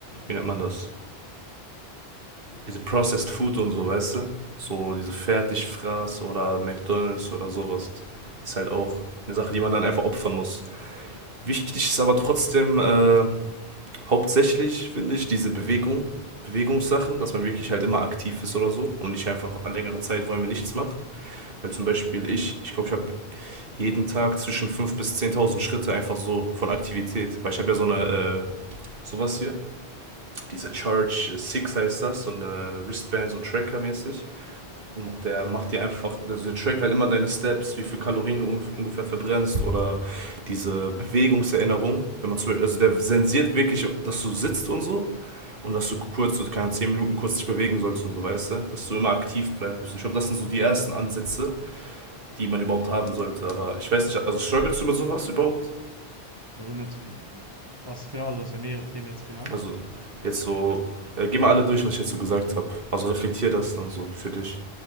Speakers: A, on the right; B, on the right.
A: wie nennt man das? Diese Processed Food und so, weißt du? So diese Fertigfraß oder McDonalds oder sowas. Ist halt auch eine Sache, die man dann einfach opfern muss. Wichtig ist aber trotzdem äh, hauptsächlich, finde ich, diese Bewegung, Bewegungssachen, dass man wirklich halt immer aktiv ist oder so und nicht einfach an längeren Zeiträumen nichts macht. Weil zum Beispiel ich, ich glaube, ich habe jeden Tag zwischen 5.000 bis 10.000 Schritte einfach so von Aktivität. Weil ich habe ja so eine, äh, sowas hier, diese Charge 6 heißt das, so eine Wristband, so Tracker-mäßig. Und der macht dir einfach, also der trackt halt immer deine Steps, wie viel Kalorien du ungefähr verbrennst oder diese Bewegungserinnerung. Wenn man zum Beispiel, also der sensiert wirklich, dass du sitzt und so und dass du kurz, so keine 10 Minuten kurz dich bewegen sollst und so, weißt du? Dass du immer aktiv bleibst. Und ich glaube, das sind so die ersten Ansätze, die man überhaupt haben sollte. Aber ich weiß nicht, also strugglest du mit sowas überhaupt?
B: Also mit mm, was genau, also du hast ja mehrere Themen jetzt genannt.
A: Also jetzt so, äh, geh mal alle durch, was ich jetzt so gesagt habe. Also reflektier das dann so für dich.